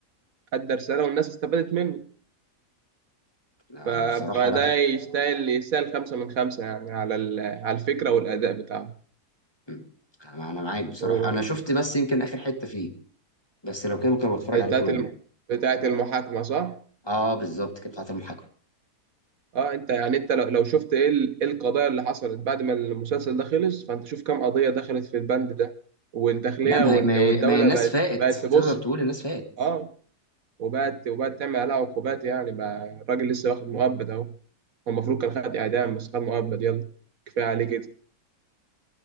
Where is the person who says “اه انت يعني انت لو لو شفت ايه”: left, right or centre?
Right